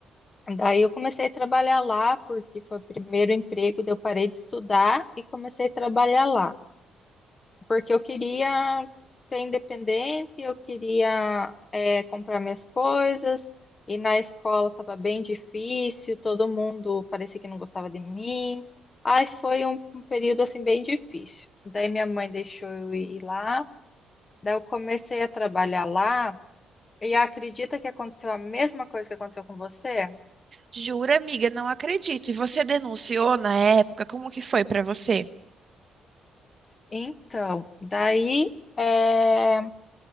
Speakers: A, on the left (about 35°); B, on the right (about 40°).
A: Daí eu comecei a trabalhar lá, porque foi o primeiro emprego, daí eu parei de estudar e comecei a trabalhar lá, porque eu queria ser independente, eu queria eh, comprar minhas coisas, e na escola estava bem difícil, todo mundo parecia que não gostava de mim. Aí foi um, um período assim bem difícil. Daí minha mãe deixou eu ir lá, daí eu comecei a trabalhar lá, e acredita que aconteceu a mesma coisa que aconteceu com você?
B: Jura, amiga, não acredito. E você denunciou na época? Como que foi pra você?
A: Então, daí, é,